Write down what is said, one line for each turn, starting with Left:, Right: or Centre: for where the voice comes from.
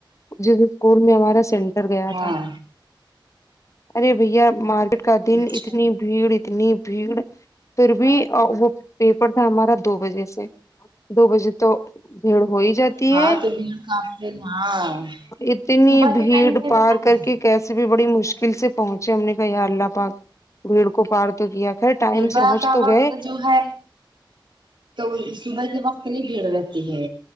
Left: جس اسکول میں ہمارا سینٹر گیا
Right: ہاں
Left: تھا ارے بھیا ماریٹ کا دن
Right: اچھا
Left: اتنی بھیڑ اتنی بھیڑ پھر بھی وہ پیپر تھا ہمارا دو بجے سے دو بجے تو بھیڑ ہو ہی جاتی
Right: ہاں
Left: ہے
Right: تو بھیڑ کافی ہاں
Left: اتنی
Right: صبح
Left: بھیڑ
Right: <unintelligible>
Left: پار کر کے کیسے بھی بڑی مشکل سے پہنچے ہم نے کہ یا اللہ پاک بھیڑ کو پار تو کیا خیر ٹائم
Right: دبح
Left: سے پہنچ
Right: کا
Left: تو
Right: وقت
Left: گئے
Right: جو ہے تو صبح کے وقت نہیں بھیڑ رہتی ہے